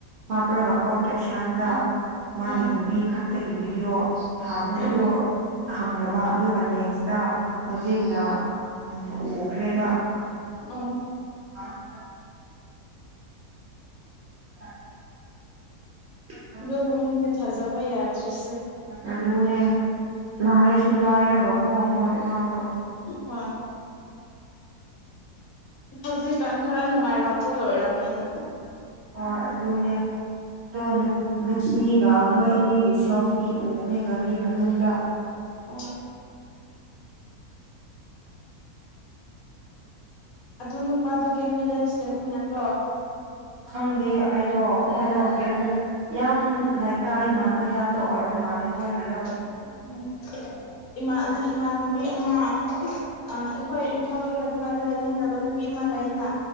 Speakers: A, on the right (about 65°); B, on the left (about 70°).
A: ꯍꯥꯞꯔꯒꯀꯣ ꯀꯦꯞꯁꯟꯗ
B: ꯎꯝ
A: ꯃꯥꯒꯤ
B: ꯎꯝ
A: ꯅꯨꯄꯤ ꯈꯛꯇꯒꯤ ꯚꯤꯗꯤꯑꯣ ꯊꯥꯕꯅꯦ
B: ꯎꯝ
A: ꯑꯗꯨ ꯈꯪꯅꯕ ꯑꯗꯨꯒ ꯅꯦꯛꯁꯇ ꯍꯧꯖꯤꯛꯅ ꯎꯝ ꯎꯈ꯭ꯔꯦꯕ
B: ꯎꯝ
A: ꯑ <inaudible> ꯑꯥ <inaudible>
B: ꯑꯗꯨꯅꯅꯤꯅꯦ ꯊꯥꯖꯕ ꯌꯥꯗ꯭ꯔꯤꯁꯦ
A: ꯑꯗꯨꯅꯦ ꯂꯥꯏꯁꯨ ꯂꯥꯏꯔꯀꯣ ꯃꯣꯏ ꯃꯥꯗꫭ
B: ꯍꯣꯏ ꯍꯧꯖꯤꯛꯀꯥꯟ ꯈꯔ ꯅꯨꯡꯉꯥꯏꯔꯥꯛꯄꯒꯤ ꯑꯣꯏꯔꯝꯅꯤꯅ꯫
A: ꯍꫭꯏ ꯑꯗꯨꯨꯅꯦ꯫ ꯑꯗꯣ ꯅꯨꯞ ꯅꯨꯄꯤꯒ ꯃꯣꯏ ꯑꯅꯤꯒꯤ ꯁꯦꯜꯐꯤ ꯎꯕꯅꯦ ꯒꯥꯔꯤ ꯃꯅꯨꯡꯗ꯫
B: ꯑꯣ꯫ ꯑꯗꯨ ꯅꯨꯄꯥꯗꯨꯣ ꯒꯦꯝ ꯚꯤꯂꯦꯖꯇꯅꯤꯅꯀꯣ꯫
A: ꯍꯪꯗꯦ ꯑꯩꯗꯣ ꯃꯣꯏꯗꯣ ꯒꯦꯝ ꯚꯤꯂꯦ ꯌꯥꯝ ꯂꯩꯀꯥꯏ ꯃꯥꯟꯕ ꯖꯥꯠꯇꯣ ꯑꯣꯏꯕ ꯃꯥꯜꯂꯦ ꯃꯣꯏꯒꯤꯗꯣ꯫
B: <unintelligible> ꯏꯃꯥ ꯏꯃꯥꯟꯅꯕꯤ ꯑꯃꯥ <unintelligible> ꯑ ꯑꯩꯈꯣꯏ ꯏꯝꯐꯥꯜ ꯂꯩꯕ ꯒꯥꯟꯗ ꯂꯩꯃꯤꯟꯅꯕ ꯅꯨꯄꯤ ꯑꯃ ꯂꯩꯅ꯫